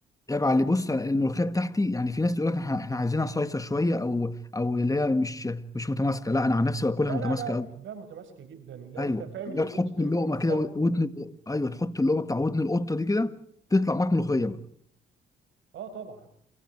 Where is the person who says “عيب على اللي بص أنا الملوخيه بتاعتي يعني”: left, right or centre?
Left